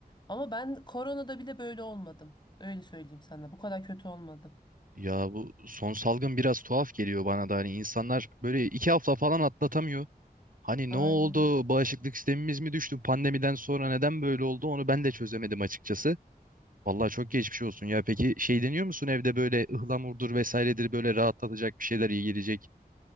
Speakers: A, on the left; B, on the right.
A: Ama ben koronada bile böyle olmadım. Öyle söyleyeyim sana. Bu kadar kötü olmadım.
B: Ya bu son salgın biraz tuhaf geliyor bana da. Hani insanlar böyle iki hafta falan atlatamıyor. Hani
A: Aynen.
B: ne oldu? Bağışıklık sistemimiz mi düştü? Pandemiden sonra neden böyle oldu? Onu ben de çözemedim açıkçası. Vallahi çok geçmiş olsun ya. Peki şey deniyor musun evde böyle ıhlamurdur vesairedir böyle rahatlatacak bir şeyler iyi gelecek?